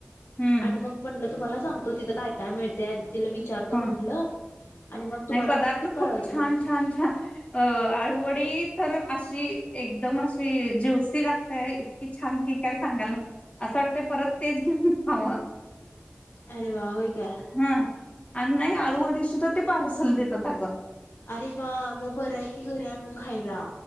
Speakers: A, on the left; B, on the left.
A: हम्म
B: आणि मग म्हणल तुम्हाला सांगतो, तिथं काय काय मिळतया. तिला विचारतो
A: हो
B: म्हंटलं आणि मग तुम्हालाच
A: नाही पदार्थ
B: ते
A: खूप
B: कळवतो.
A: छान छान छान अ आळूवडी तर अशी एकदम अशी जीव सी लागतेय, इतकी छान की काय सांगाला नको. असं वाटतय परत तेच घेऊन खावं.
B: अरे वा! होय काय?
A: हा आणि नाही आळूवडी सुद्धा ते पार्सल देतात अगं
B: अरे वा! मग बरंय की घरी आणून खायला.